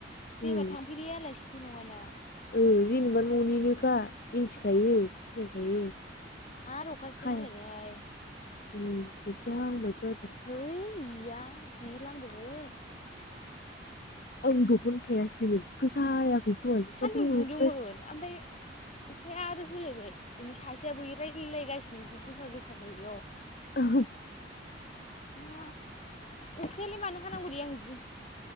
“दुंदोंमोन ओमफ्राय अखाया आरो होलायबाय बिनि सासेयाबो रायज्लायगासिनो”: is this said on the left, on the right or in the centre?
Left